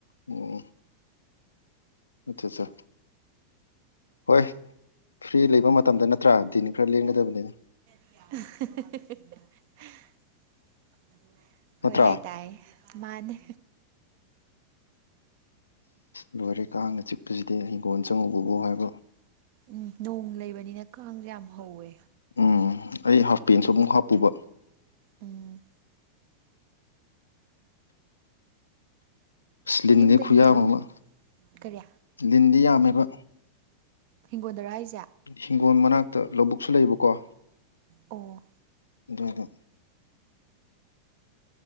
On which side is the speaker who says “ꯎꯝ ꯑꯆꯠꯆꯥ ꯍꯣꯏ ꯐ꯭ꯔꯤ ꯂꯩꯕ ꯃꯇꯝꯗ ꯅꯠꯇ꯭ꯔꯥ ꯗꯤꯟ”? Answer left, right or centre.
Left